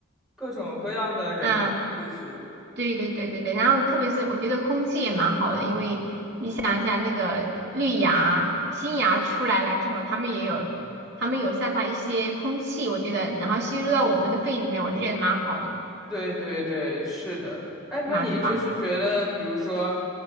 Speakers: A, in the centre; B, on the right.
A: 各种各样的人吧，
B: 嗯，
A: 就是，
B: 对对对对对。然后特别是我觉得空气也蛮好的，因为你想一下那个绿芽、新芽出来了之后，它们也有，它们有散发一些空气，我觉得，然后吸入到我们的肺里面，我就觉得蛮好的，
A: 对对对，是的。哎，那你就是觉得，
B: 蛮棒。
A: 比如说，